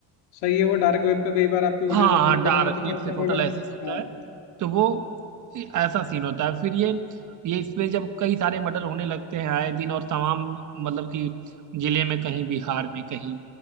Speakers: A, on the left; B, on the right.
A: सही है वो डार्क वेब पे कई बार आपको
B: हाँ
A: वीडियोस
B: हाँ
A: अपलोड
B: डार्क
A: करने होते हैं,
B: वेब
A: तो मतलब
B: से टोटल
A: अगर
B: एसेस होता
A: हाँ
B: है तो वो ऐसा सीन होता है फिर ये ये इसमें जब कई सारे मर्डर होने लगते हैं आए दिन और तमाम मतलब कि जिले में कहीं बिहार में कहीं